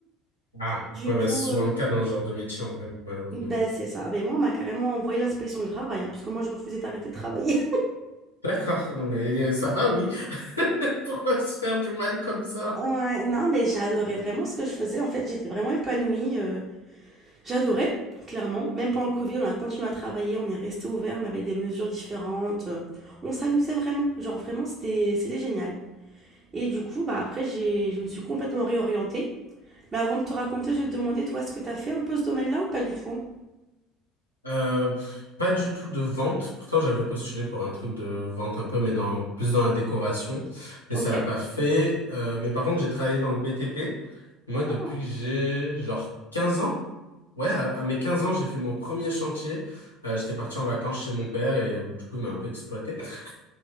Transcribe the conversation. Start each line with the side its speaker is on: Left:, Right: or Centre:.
Left: Ah,
Right: Du
Left: ouais,
Right: coup,
Left: bah, c'est souvent
Right: euh,
Left: le cas dans ce genre de métier, en vrai, malheureusement.
Right: bah, c'est ça. Ben, moi, on m'a carrément envoyé l'inspection du travail, hein, parce que moi, je refusais d'arrêter de travailler.
Left: D'accord, non mais euh, ça va, oui. <laughs> Pourquoi se faire du mal comme ça?
Right: Ouais, non, mais j'adorais vraiment ce que je faisais. En fait, j'étais vraiment épanouie. euh, j'adorais, clairement. Même pendant le Covid, on a continué à travailler, on est resté ouvert, mais avec des mesures différentes. euh, On s'amusait vraiment. Genre, vraiment, c'était, c'était génial. Et du coup, bah, après, j'ai, je me suis complètement réorientée. Mais avant de te raconter, je vais te demander, toi, est-ce que tu as fait un peu ce domaine-là ou pas du tout?
Left: Euh, pff, pas du tout de vente. Pourtant, j'avais postulé pour un truc de vente un peu, mais dans plus dans la décoration. Mais
Right: Ok.
Left: ça l'a pas fait. Euh, mais par contre, j'ai travaillé dans le BTP. Moi, depuis
Right: Ah,
Left: que j'ai genre 15 ans. Ouais, à, à mes 15 ans, j'ai fait mon premier chantier. Euh, j'étais parti en vacances chez mon père et euh, du coup, il m'a un peu exploité. <laughs>